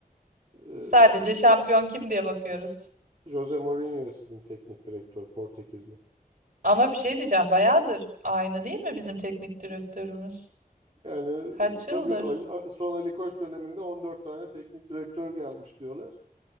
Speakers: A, on the right; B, on the right.
A: Ee,
B: Sadece şampiyon kim diye bakıyoruz.
A: Jose Mourinho sizin teknik direktör Portekizli.
B: Ama bir şey diyeceğim bayağıdır aynı değil mi bizim teknik direktörümüz?
A: Yani
B: Kaç yıldır?
A: tabii Ali, son Ali Koç döneminde 14 tane teknik direktör gelmiş diyorlar.